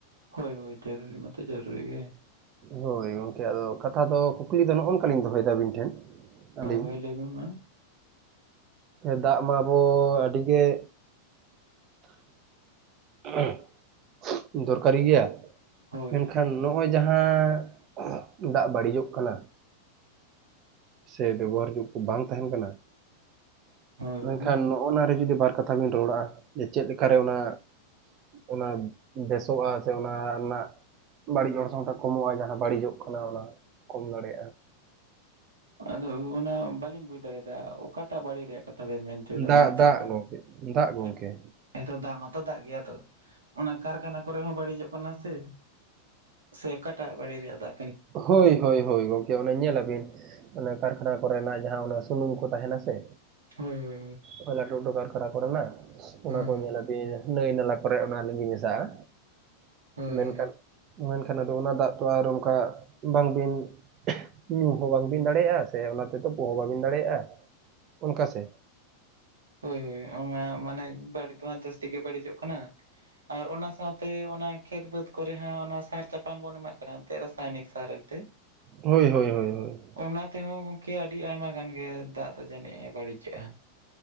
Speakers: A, on the right; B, on the right.
A: ᱦᱳᱭ ᱦᱳᱭ ᱡᱟᱹᱨᱩᱲᱤ ᱢᱟ ᱛᱚ ᱡᱟᱹᱨᱩᱲᱤ ᱜᱮᱭᱟ᱾
B: ᱦᱳᱭ ᱜᱚᱝᱠᱮ ᱟᱫᱚ ᱠᱟᱛᱷᱟ ᱫᱚ ᱠᱩᱠᱞᱤ ᱫᱚ ᱱᱚᱜᱼᱚ ᱱᱚᱝᱠᱟᱞᱤᱧ ᱫᱚᱦᱚᱭᱮᱫᱟ ᱟᱹᱵᱤᱱ ᱴᱷᱮᱱ
A: ᱦᱳᱭ
B: ᱟᱹᱞᱤᱧ
A: ᱦᱳᱭ ᱞᱟᱹᱭ ᱵᱤᱱ ᱢᱟ ᱾
B: ᱫᱟᱜ ᱢᱟ ᱟᱵᱚ ᱟᱹᱰᱤ ᱜᱮ <inaudible> ᱫᱚᱨᱠᱟᱨᱤ ᱜᱮᱭᱟ ᱾
A: ᱦᱳᱭ
B: ᱢᱮᱱᱠᱷᱟᱱ
A: ᱦᱳᱭ
B: ᱱᱚᱜᱼᱚᱭ ᱡᱟᱦᱟᱸ ᱫᱟᱜ ᱵᱟᱹᱲᱤᱡᱚᱜ ᱠᱟᱱᱟ ᱥᱮ ᱵᱮᱵᱚᱦᱟᱨ ᱡᱩᱜ ᱠᱚ ᱵᱟᱝ ᱛᱟᱦᱮᱱ ᱠᱟᱱᱟ
A: ᱦᱳᱭ ᱦᱳᱭ
B: ᱢᱮᱱᱠᱷᱟᱱ ᱱᱚᱜᱼᱚ ᱱᱟ ᱨᱮ ᱡᱩᱫᱤ ᱵᱟᱨ ᱠᱟ ᱛᱷᱟ ᱵᱤᱱ ᱨᱚᱲᱟᱼᱟ ᱡᱮ ᱪᱮᱫ ᱠᱟᱨᱮ ᱚᱱᱟ ᱚᱱᱟ ᱵᱮᱥᱚᱜᱼᱟ ᱥᱮ ᱚᱱᱟ ᱨᱮᱱᱟᱜ ᱵᱟᱹᱲᱤᱡ ᱚᱨᱥᱚᱝᱴᱟᱜ ᱠᱚᱢᱚᱜᱼᱟ ᱡᱟᱦᱟᱸ ᱵᱟᱹᱲᱤᱡᱚᱜ ᱠᱟᱱᱟ ᱚᱱᱟ ᱠᱚᱢ ᱫᱟᱲᱮᱭᱟᱜᱼᱟ᱾
A: ᱟᱫᱚ ᱚᱱᱟ ᱵᱟᱞᱤᱝ ᱵᱩᱡ ᱫᱟᱲᱮᱭᱟᱫᱟ ᱚᱠᱟᱴᱟ ᱵᱟᱹᱲᱤ ᱨᱮᱭᱟᱜ ᱠᱟᱛᱷᱟ ᱵᱮᱱ ᱢᱮᱱ ᱦᱚᱪᱚᱭᱫᱟ
B: ᱫᱟᱜ
A: ᱢᱟᱱᱮ ᱪᱮᱫ
B: ᱫᱟᱜ
A: ᱞᱮᱠᱟ?
B: ᱜᱚᱝᱠᱮ ᱫᱟᱜ
A: <inaudible>
B: ᱜᱚᱝᱠᱮ
A: ᱦᱮᱸ ᱛᱚ ᱫᱟᱜ ᱢᱟᱛᱚ ᱫᱟᱜ ᱜᱮᱭᱟ ᱛᱚ ᱚᱱᱟ ᱠᱟᱨᱠᱷᱟᱱᱟ ᱠᱚᱨᱮ ᱦᱚᱸ ᱵᱟᱹᱲᱤᱡᱚᱜ ᱠᱟᱱᱟ ᱥᱮ᱾ ᱥᱮ ᱚᱠᱟᱴᱟᱜ ᱵᱟᱲᱤᱡ ᱨᱮᱭᱟᱜ ᱫᱟ
B: ᱦᱳᱭ ᱦᱳᱭ ᱦᱳᱭ ᱜᱚᱝᱠᱮ ᱚᱱᱮ ᱧᱮᱞᱟᱵᱤᱱ ᱟᱵᱤᱱ ᱠᱟᱨᱠᱷᱟᱱᱟ ᱠᱚᱨᱮᱱᱟᱜ ᱡᱟᱦᱟᱸ ᱚᱱᱟ ᱥᱩᱱᱩᱢ ᱠᱚ ᱛᱟᱦᱮᱸᱱᱟ ᱥᱮ
A: ᱦᱳᱭ ᱦᱳᱭ
B: ᱦᱳᱭ ᱞᱟᱴᱷᱩ ᱞᱟᱴᱷᱩ ᱠᱟᱨᱠᱷᱟᱱᱟ ᱠᱚᱨᱮᱱᱟᱜ ᱚᱱᱟ
A: ᱦᱳᱭ ᱦᱳᱭ ᱦᱳᱭ
B: ᱠᱚ
A: ᱦᱮᱸ
B: ᱧᱮᱞᱟ ᱱᱟᱹᱭ ᱱᱟᱞᱟ ᱠᱚᱨᱮ ᱚᱱᱟ ᱞᱤᱸᱜᱤ ᱢᱮᱥᱟᱜᱼᱟ
A: ᱦᱳᱭ
B: ᱢᱮᱱᱠᱷᱟᱱ
A: ᱦᱳᱭ
B: ᱢᱟ ᱮᱱᱠᱷᱟᱱ ᱟᱫᱚ ᱚᱱᱟ ᱫᱟᱜ ᱫᱚ ᱟᱨᱚ ᱚᱱᱠᱟ ᱵᱟᱝᱵᱤᱱ ᱧᱩ ᱦᱚᱸ ᱵᱟᱝᱵᱤᱱ ᱫᱟᱲᱮᱭᱟᱜᱼᱟ ᱥᱮ ᱚᱱᱟ ᱛᱮ ᱛᱳᱯᱳ ᱦᱚᱸ ᱵᱟᱵᱤᱱ ᱫᱟᱲᱮᱭᱟᱜᱼᱟ᱾ ᱚᱱᱠᱟ ᱥᱮ
A: ᱦᱳᱭ ᱦᱳᱭ ᱚᱱᱟ ᱢᱟᱱᱮ ᱵᱟᱹᱲᱤᱡ ᱫᱚ ᱡᱟᱹᱥᱛᱤ ᱜᱮ ᱵᱟᱹᱲᱤᱡᱚᱜ ᱠᱟᱱᱟ᱾ ᱟᱨ ᱚᱱᱟ ᱥᱟᱶᱛᱮ ᱚᱱᱟ ᱠᱷᱮᱛ ᱵᱟᱹᱫᱽ ᱠᱚᱨᱮ ᱦᱚᱸ ᱚᱱᱟ ᱥᱟᱨ ᱪᱟᱯᱟᱱ ᱵᱚᱱ ᱮᱢᱟᱜ ᱠᱟᱱᱟ ᱮᱱᱛᱮᱫ ᱨᱟᱥᱟᱭᱱᱤᱠ ᱥᱟᱨ ᱛᱮ
B: ᱦᱳᱭ ᱦᱳᱭ ᱦᱳᱭ ᱦᱳᱭ
A: ᱚᱱᱟ ᱛᱮᱦᱚᱸ ᱜᱚᱝᱠᱮ ᱟᱹᱰᱤ ᱟᱭᱢᱟ ᱜᱟᱱ ᱜᱮ ᱫᱟᱜ ᱫᱚ ᱡᱟᱹᱱᱤᱡ ᱮ ᱵᱟᱹᱲᱤᱡᱮᱜᱼᱟ᱾